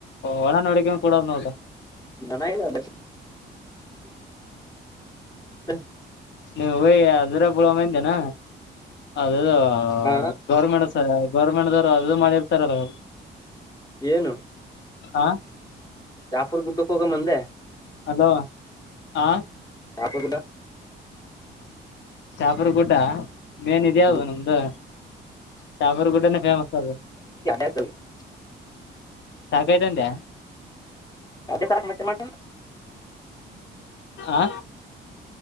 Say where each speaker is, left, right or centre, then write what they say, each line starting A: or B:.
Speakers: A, on the left; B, on the left.
A: ಹೊಲಾ ನೋಡಿಕ್ಯಂತ ಕೂಡದ್ ನೋಡ
B: ಹನ ಇಲ್ ಬಚ್ <unintelligible>
A: ನೀವು ಹೊಗಿ ಅದ್ರಗ ಬುಳ ಮಂದಿ ಏನ ಅದು ಆ
B: ಹಾ
A: ಗೌರ್ಮೆಂಟ್ ಸ ಗೌರ್ಮೆಂಟ್ ದವರು ಅದು ಮಾಡಿರ್ತಾರಲ್ಲ ಅವ್ರು
B: ಏನು
A: ಆ
B: ಜಾಪುರ್ ಗುಡ್ಡಕ್ ಹೋಗಮ ಅಂದೆ.
A: ಅಲೋ ಹಾ.
B: ಶಾಪುರ್ ಗುಡ್ಡ.
A: ಶಾಪುರ್ ಗುಡ್ ಡಾ ಮೇನ್ ಇದೆ ಅದ
B: ಹ್ಮ್
A: ನಮ್ದು ಶಾಪುರ್ ಗುಡ್ಡನೆ ಫೇಮಸ್ ಅದ.
B: <unintelligible>
A: ಸಾಕ್ಯತ್ ಅಂದ್ಯ.
B: ಎಡ್ಡೆ ಸಾಕ್ ಮತ್ತೆನ್ ಮಾಡ್ತೇನ.
A: ಆ